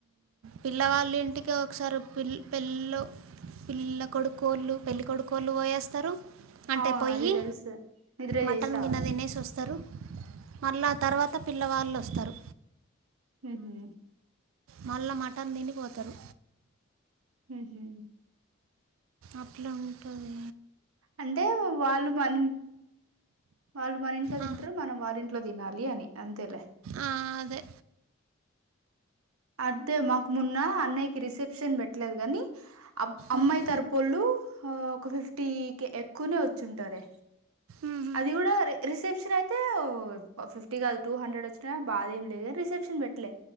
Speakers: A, on the right; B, on the right.
A: పిల్లవాళ్ళ ఇంటికి ఒకసారి పి పెళ్ళ పిల్ల కొడుకోడుకు పెళ్లి కొడుకోళ్ళు పోయేస్తారు అంటే
B: అ
A: పోయి
B: అది థెలుసు, నిద్ర
A: మటన్
B: చేసి రావాలి.
A: గిన్నె తినేసి వస్తారు మళ్ళా తర్వాత పిల్లవాళ్ళు వస్ తరు
B: ఉహు
A: మళ్ళా మటన్ తినిపోతరు.
B: హుహు
A: అట్ల ఉంటది.
B: అంటే వాళ్ళు మన్, వాళ్ళు మన ఇంట్లో తింట్రు
A: ఆ,
B: మనం వాళ్ళింట్లో తినాలి అని అంతేలే
A: ఆ, అదే
B: అద్దే మాకు మొన్న అన్నయ్యకి రిసెప్షన్ బెట్ట్లేదు కాని అబ్ అమ్మాయి
A: ఉమ్,
B: తరపొళ్ళు ఆ ఒక ఫిఫ్టీ కె ఎక్కువనే వచ్చుంటారే
A: ఉమ్,
B: అది కూడా రిసెప్షన్ అయి అయితే ఫిఫ్టీ కాదు టూ హండ్రెడ్ వచ్చినా బాధ ఏం లేదు కానీ రిసెప్షన్ పెట్టలే